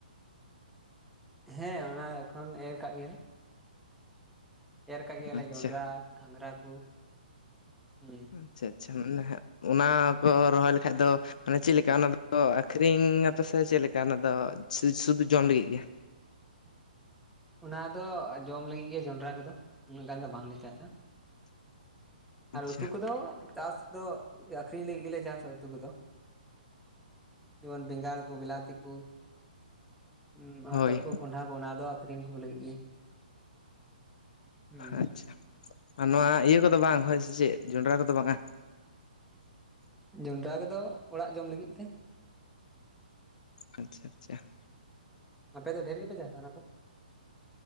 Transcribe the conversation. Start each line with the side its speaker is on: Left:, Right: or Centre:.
Centre: ᱦᱮᱸ ᱚᱱᱟ ᱮᱠᱷᱚᱱ ᱮᱨ ᱠᱟᱜ ᱜᱮᱭᱟᱞᱮ᱾ ᱮᱨ ᱠᱟᱜ ᱜᱮᱭᱟᱞᱮ
Left: ᱟᱪᱪᱷᱟ
Centre: ᱡᱚᱱᱰᱨᱟ ᱜᱷᱟᱸᱜᱽᱨᱟ ᱠᱚ᱾ ᱦᱩᱸ᱾
Left: ᱟᱪᱪᱷᱟ ᱟᱪᱪᱷᱟ ᱢᱟᱱᱮ ᱦᱟᱸᱜ ᱚᱱᱟ ᱠᱚ ᱨᱚᱦᱚᱭ ᱞᱮᱠᱷᱟᱡ ᱫᱚ ᱢᱟᱱᱮ ᱪᱮᱫ ᱞᱮᱠᱟ ᱚᱱᱟ ᱫᱚ ᱛᱚ ᱟᱹᱠᱷᱨᱤᱧ ᱟᱯᱮᱥᱮ ᱪᱮᱫ ᱞᱮᱠᱟ ᱚᱱᱟᱫᱚ ᱥᱩ-ᱥᱩᱫᱩ ᱡᱚᱢ ᱞᱟᱹᱜᱤᱫ ᱜᱮ?
Centre: ᱚᱱᱟᱫᱚ ᱡᱚᱢ ᱞᱟᱹᱜᱤᱫ ᱜᱮ ᱡᱚᱱᱰᱨᱟ ᱠᱚᱫᱚ, ᱩᱱᱟᱹᱜ ᱜᱟᱱ ᱫᱚ ᱵᱟᱝᱞᱮ ᱪᱟᱥᱟ᱾ ᱟᱨ
Left: ᱟᱪᱪᱷᱟ
Centre: ᱩᱛᱩ ᱠᱚᱫᱚ ᱪᱟᱥ ᱫᱚ ᱟᱹᱠᱷᱨᱤᱧ ᱞᱟᱹᱜᱤᱫ ᱜᱮᱞᱮ ᱡᱟᱥᱟ ᱩᱛᱩ ᱠᱚᱫᱚ᱾ ᱡᱮᱢᱚᱱ ᱵᱮᱸᱜᱟᱲ᱾ ᱠᱚ ᱵᱤᱞᱟᱛᱤ ᱠᱚ, ᱩᱸᱢ
Left: ᱦᱳᱭ
Centre: ᱦᱚᱛᱚᱫ ᱠᱚ, ᱠᱚᱸᱰᱷᱟ ᱠᱚ, ᱚᱱᱟ ᱫᱚ ᱟᱠᱷᱨᱤᱧ ᱠᱚ ᱞᱟᱹᱜᱤᱫ ᱜᱮ᱾ ᱦᱩᱸ
Left: ᱟᱪᱷᱟ ᱟᱨ ᱱᱚᱣᱟ ᱤᱭᱟᱹ ᱠᱚᱫᱚ ᱵᱟᱝ ᱦᱳᱭ ᱥᱮ ᱪᱮᱫ ᱡᱚᱸᱰᱨᱟ ᱠᱚᱫᱚ ᱵᱟᱝᱟ?
Centre: ᱡᱚᱱᱰᱨᱟ ᱠᱚᱫᱚ ᱚᱲᱟᱜ ᱡᱚᱢ ᱞᱟᱹᱜᱤᱫ ᱛᱮ᱾
Left: ᱟᱪᱷᱟ ᱟᱪᱪᱷᱟ᱾
Centre: ᱟᱯᱮ ᱫᱚ ᱰᱷᱮᱨ ᱜᱮᱯᱮ ᱪᱟᱥᱟ ᱚᱱᱟ ᱠᱚ?